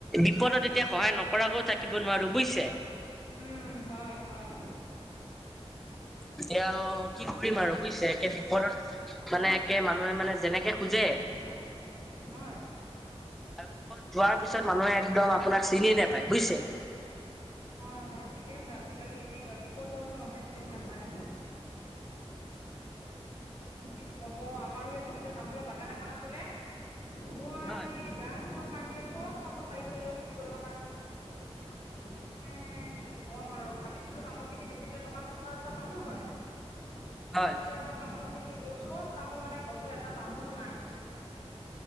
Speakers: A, in the centre; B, on the left (about 60°).
A: বিপদত এতিয়া সহায় নকৰাকো থাকিব নোৱাৰো বুইছে।
B: উম, হয়- হয়।
A: এতিয়াও কি কৰিম আৰু বুইছে একে বিপদত মানে একে মানুহে মানে যেনেকে খোজে
B: <unintelligible>
A: <unintelligible> যোৱাৰ পিছত মানুহে একদম আপোনাক চিনিয়ে নেপায় বুইছে?
B: হয় -হয় ঠিকে কৈছা আজিকালি এনেকোৱাই বিপদ <unintelligible> চিনি নাপায়। কি ক'ব আমাৰো এই পিছচাইদে তামোলৰ বাগান এখন আছিলে। যোৱা ৰাতি
A: হয়
B: ড্ৰাগছৰ পা ৰ্টীয়ে চব তামোল পাৰি পেলাই লৈ গুছি গল নহয় মানে মানে কি ক'ম আৰু ভাবিছিলোঁ তামোলখিনি বেছি পেলাই টকা পঞ্চাশ হাজাৰ পালো হয়
A: হয়
B: এতিয়া তামোলখিনি গৈ চব তামোল মানে গছৰ এটা তামোল নাই।